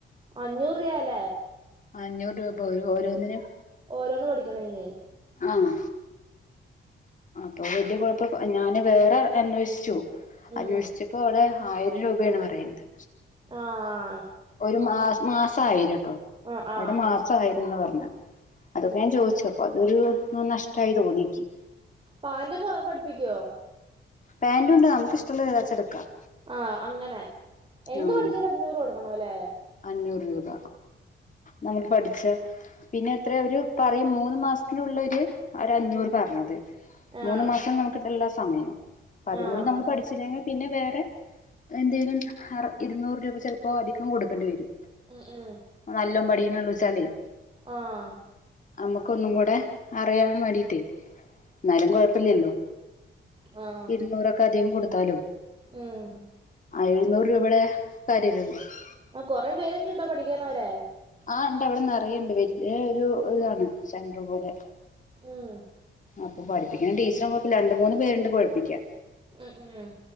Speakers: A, on the right (about 25°); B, on the left (about 40°).
A: അഞ്ഞൂർ റിയാല
B: അഞ്ഞൂറ് രൂപ ഓരോ ഓരോന്നിനും
A: ഓരോന്ന് പഠിക്കണേങ്കി..
B: ആഹ അപ്പൊ വലിയ കുഴപ്പ ഞാന് വേറെ അന്വേഷിച്ചു.
A: ഉം
B: അന്വേഷിച്ചപ്പോ അവിടെ ആയിരം രൂപയാണ് പറയണത്
A: ആഹ്
B: ഒരു മാ മാസയിരട്ടോ.
A: ആ
B: അവ്ടെ
A: ആ
B: മാസായിരെന്നാ പറഞ്ഞ. അതൊക്കെ
A: ഉം
B: ഞാൻ ചോദിച്ചപ്പൊ അതൊരു നഷ്ടമായി തോന്നിക്ക്
A: പാന്റൊക്കെ പഠിപ്പിക്കുവോ?
B: പാന്റുണ്ട് നമുക്കിഷ്ടള്ളത് ഏതാച ട്ക്കാം
A: ആഹ് അങ്ങനെ എന്ത്
B: ആഹ്
A: പഠിച്ചാല അഞ്ഞൂര് കൊടുക്കണല്ലേ.
B: അഞ്ഞൂറ് രൂപ. നമക്ക് പഠിച്. പിന്നെ എത്ര അവര് പറയും മൂന്ന് മാസത്തിനുള്ളര്.. ഒര അഞ്ഞൂറ്
A: ഉം
B: പറഞ്ഞത്.
A: ആഹ്
B: മൂന്ന് മാസം നമക്ക്ണ്ടല്ലോ സമയം അപ്പ അതിനുള്ള
A: ആഹ്
B: നമ്മൾ പഠിച്ച.. ല്ലെങ്കി പിന്നെ വേറെ എന്തേലും ഇരുന്നൂറ് രൂപ ചെലപ്പോ അധികം കൊടുക്കേണ്ടി വരും.
A: ഉം ഉം
B: നല്ലോ പടീനെള്ളൂ ച്ചാലേ
A: ആഹ്
B: അമ്മക്ക് ഒന്നും കൂടെ അറിയാൻ വേണ്ടിയിട്ടേ ന്നാലും കുഴപ്പല്ലല്ലോ
A: ആഹ്
B: ഇരുന്നൂറൊക്കെ അധികം കൊടുത്താലും,
A: ഉം
B: എഴുന്നൂറ് രൂപെടെ സാരി <unintelligible>
A: ആ കുറേ പേരൊക്കെ ഉണ്ടോ പഠിക്കുന്നവരെ
B: ആണ്ട് അവിടെ നെറയേണ്ട് വല്ല്യെ ഒരു ഇതാണ് സെൻറർ പോലെ.
A: ഉം
B: അപ്പൊ പഠിപ്പിക്കണ ടീച്ചറും കൊഴപ്പില്ല രണ്ടു മൂന്ന് പേരുണ്ട് കുഴിപ്പിക്കാൻ.
A: ആഹാ